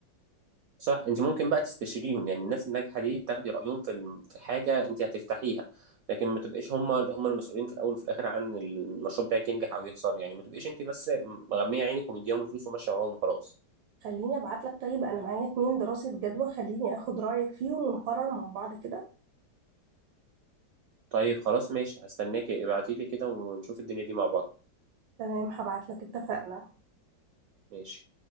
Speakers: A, on the right; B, on the right.
A: صح انت ممكن بقى تستشيريهم يعني الناس الناجحه دي تاخدي رايهم في الم- في حاجه انت هتفتحيها لكن ما تبقيش هم اللي هم المسؤولين في الاول وفي الاخر عن المشروع بتاعك ينجح او يخسر يعني ما تبقيش انت بس مغميه عينك ومديهم الفلوس وماشيه وراهم وخلاص
B: خليني ابعت لك طيب انا معايا اتنين دراسه جدوى خليني اخد رايك فيهم ونقرر مع بعض كده
A: طيب خلاص ماشي هستناكي ابعتي لي كده ونشوف الدنيا دي مع بعض
B: تمام هبعت لك اتفقنا
A: ماشي